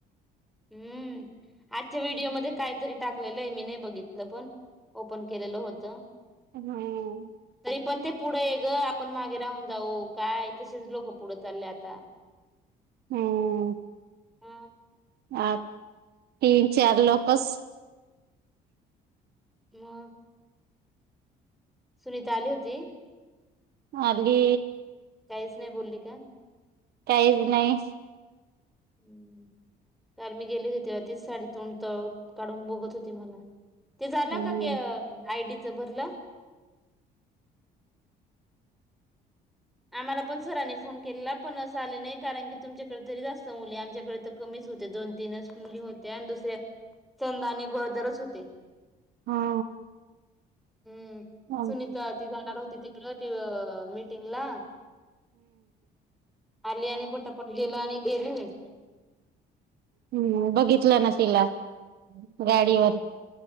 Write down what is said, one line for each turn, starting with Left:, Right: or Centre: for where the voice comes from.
Centre: हम्म आजच्या व्हिडिओमध्येध्ये काहीतरी टाकलेलं आहे मी नाही बघितलं पण ओपन केलेलं होतं
Right: हम्म
Centre: तरी पण ते पुढं आहे ग आपण मागे राहून जाऊ काय तसेच लोक पुढं चालले आता
Right: हम्म
Centre: हा
Right: ह तीन चार लोकच
Centre: मग सुनीता आली होती
Right: अली
Centre: काहीच नाही बोलली का
Right: काहीच नाही
Centre: हम्म काल मी गेली होती तीच साडी तोंड त काढून बघत होती मला ते झालं
Right: हम्म
Centre: का आयडीच भरलं आम्हाला पण सराांनी फोन केला पण असं आले नाही कारण की तुमच्याकडे तरी जास्त मुली आमच्याकडे कमी होते दोन तीनच मुली होते आणि दुसरे संद आणि गोरदरच होते
Right: हा
Centre: हम्म
Right: हम्म
Centre: सुनीता ती जाणार होती तिकडे मीटिंग ला आली आणि पोटापट गेला आणि गेली नाही
Right: हम्म बघितलं ना तिला
Centre: हम्म
Right: गाडीवर